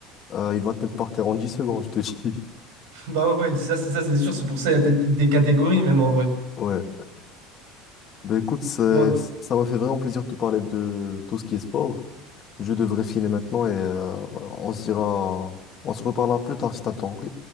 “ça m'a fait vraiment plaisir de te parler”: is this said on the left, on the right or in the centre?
Left